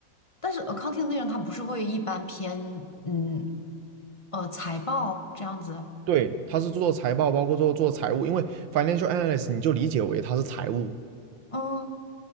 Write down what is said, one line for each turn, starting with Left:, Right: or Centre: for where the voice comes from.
Left: 但是 accounting 的内容它不是会一般偏嗯呃财报这样子？
Right: 对，他是做财报，包括做做财务，因为 financial analyst 你就理解为他是财务
Left: 嗯，